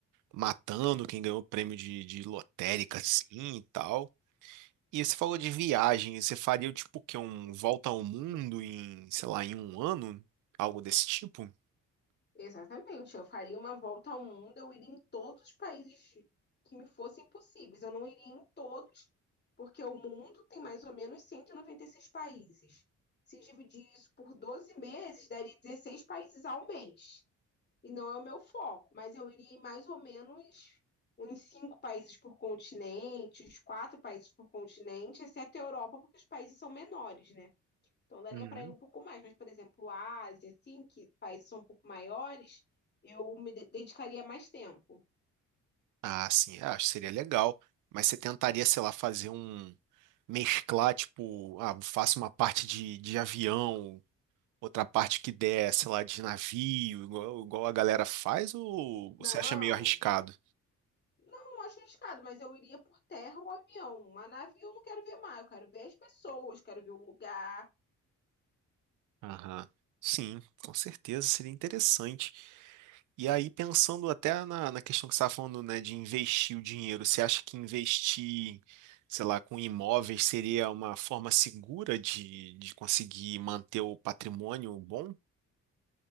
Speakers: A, on the right; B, on the left.
A: matando quem ganhou prêmio de, de lotérica, assim, e tal. E você falou de viagem, você faria tipo o quê? Um volta ao mundo em, sei lá, em um ano? Algo desse tipo?
B: Exatamente, eu faria uma volta ao mundo, eu iria em todos os países que me fossem possíveis. Eu não iria em todos, porque o mundo tem mais ou menos cento e e noventa e seis países. Se dividir isso por 12 meses, daria 16 países ao mês. E não é o meu foco, mas eu iria em mais ou menos uns cinco países por continente, uns quatro países por continente, exceto a Europa, porque os países são menores, né? Então daria
A: Uhum.
B: para ir um pouco mais, mas, por exemplo, a Ásia, assim, que países são um pouco maiores, eu me de- dedicaria mais tempo.
A: Ah, sim, eu acho que seria legal. Mas você tentaria, sei lá, fazer um. Mesclar, tipo, ah, faço uma parte de, de avião, outra parte que der, sei lá, de navio, igual, igual a galera faz, ou você
B: Não,
A: acha meio arriscado?
B: eu não acho arriscado, mas eu iria por terra ou avião. Uma nave eu não quero ver mais, eu quero ver as pessoas, quero ver o lugar.
A: Aham. Sim, com certeza seria interessante. E aí, pensando até na, na questão que você estava falando, né, de investir o dinheiro, você acha que investir, sei lá, com imóveis seria uma forma segura de, de conseguir manter o patrimônio bom?